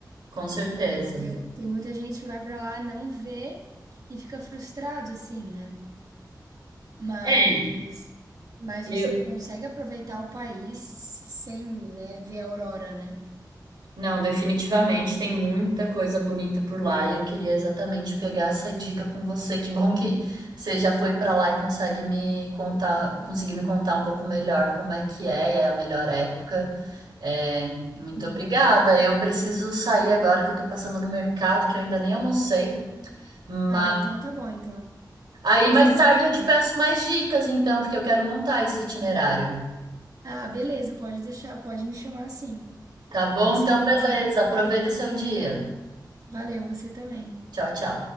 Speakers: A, on the right; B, on the right.
A: com certeza.
B: É, tem, tem muita gente que vai pra lá, não vê e fica frustrado, assim, né? Mas,
A: É,
B: mas
A: eu.
B: você consegue aproveitar o país sem, né, ver a aurora, né?
A: Não, definitivamente tem muita coisa bonita por lá e eu queria exatamente pegar essa dica com você. Que bom que você já foi pra lá e consegue me contar, conseguir me contar um pouco melhor como é que é e é a melhor época. É, muito
B: Sim.
A: obrigada. Eu preciso sair agora que eu tô passando no mercado, que eu ainda nem almocei, mas
B: Ah, então tá bom, então.
A: aí
B: A
A: mais
B: gente
A: tarde
B: se fala.
A: eu te peço mais dicas então, porque eu quero montar esse itinerário.
B: Ah, beleza, pode deixar, pode me chamar assim.
A: Tá bom?
B: Vai ser
A: Então,
B: um prazer.
A: beleza. Aproveita seu dia.
B: Valeu, você também.
A: Tchau, tchau.